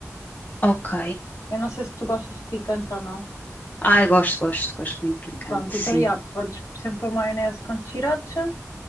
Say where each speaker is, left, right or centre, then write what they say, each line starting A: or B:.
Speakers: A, on the left; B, on the left.
A: ok.
B: Eu não sei se tu gostas de picante ou não.
A: Ai, gosto, gosto, gosto muito picante,
B: Pronto, então,
A: sim.
B: já, podes sempre pôr maionese com sriracha